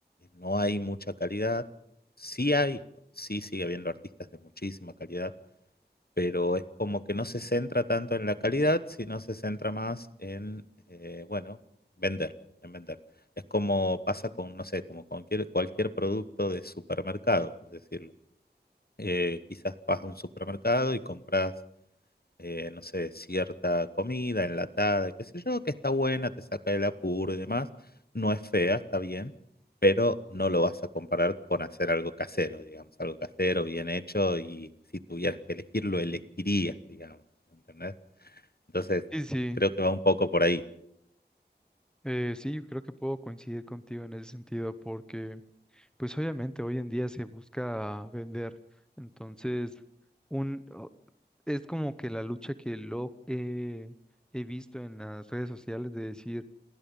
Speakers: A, on the left; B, in the centre.
A: no hay mucha calidad, sí hay, sí sigue habiendo artistas de muchísima calidad, pero es como que no se centra tanto en la calidad, sino se centra más en, eh, bueno, vender, en vender. Es como pasa con, no sé, como con cualquier, cualquier producto de supermercado, por decirlo. Eh, quizás vas a un supermercado y compras eh, no sé, cierta comida enlatada, qué sé yo, que está buena, te saca del apuro y demás. No es fea, está bien, pero no lo vas a comparar con hacer algo casero, digamos, algo casero, bien hecho, y si tuvieras que elegirlo, elegirías, digamos, ¿entendés? Entonces,
B: Sí, sí,
A: creo que va un poco por ahí.
B: eh, sí, yo creo que puedo coincidir contigo en ese sentido porque, pues obviamente hoy en día se busca vender, entonces un, o- es como que la lucha que lo he he visto en las redes sociales de decir,